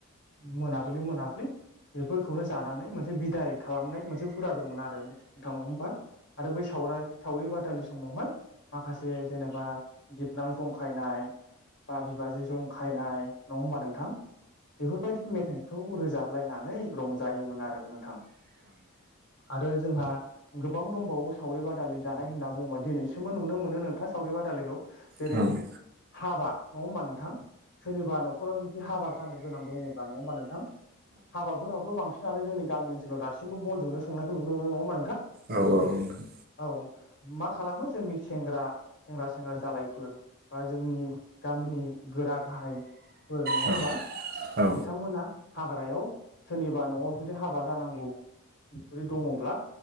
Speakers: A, on the left; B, on the right.
A: मोनाबिलि मोनाबिलि बेफोरखौनो जानानै मोनसे बिदाय खालामनाय मोनसे हुदा दंमोन आरो नोंथां नङा होमबा आरो बै सावराय सावरि बादालि समावहाय माखासे जेनेबा बिबनां जंखायनाय बा बिबाजै जंखायनाय नङा होमबा नोंथां बेफोरबायदनो मेथाइ खौ रोजाबलायनानै रंजायोमोन आरो नोंथां आरो जोंहा गोबां दंबावो सावरि बादालि जानाय होनना बुङोबा दिनैसिमबो नुनो मोनो नोंथां सावरि बादालिखौ जेरै
B: औ
A: हाबा नङा होमबा नोंथां सोरनिबा न'खराव जुदि हाबा जानो गोनां दङ'बा नङा होमबा नोंथां? हाबाफोरावथ' बांसिनानो जोंनि गामि ओनसोलाव दासिमबो बनजोंनो संनायखौ नुनो मोनो नङा ओमबा
B: औ औ नोंथां
A: औ मा खालामो जोंनि सेंग्रा सेंग्रा सेंग्रा जालायफोर बा जोंनि गामिनि गोरा गाहायफोर नङा
B: नोंथां
A: होमबा
B: औ
A: बिथांमोना हाग्रायाव सोरनिबा न'आव जुदि हाबा जानांगौ जुदि दङ'ब्ला